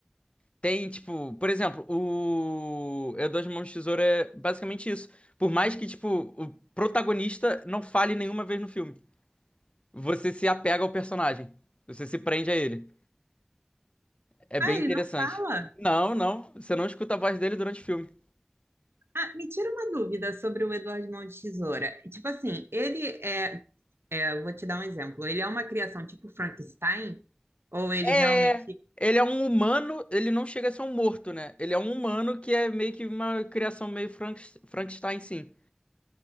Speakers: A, on the left (about 30°); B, on the right (about 80°).
A: Tem, tipo, por exemplo, o Eu Dois Mãos de Tesoura é basicamente isso. Por mais que, tipo, o protagonista não fale nenhuma vez no filme, você se apega ao personagem. Você se prende a ele. É bem
B: Ah, ele
A: interessante.
B: não fala?
A: Não, não, você não escuta a voz dele durante o filme.
B: Ah, me tira uma dúvida sobre o Eduardo Mão de Tesoura. Tipo assim, ele é Eu vou te dar um exemplo. Ele é uma criação tipo Frankenstein? Ou ele
A: É,
B: realmente.
A: ele é um humano, ele não chega a ser um morto, né? Ele é um humano que é meio que uma criação meio Frank... Frankenstein, sim.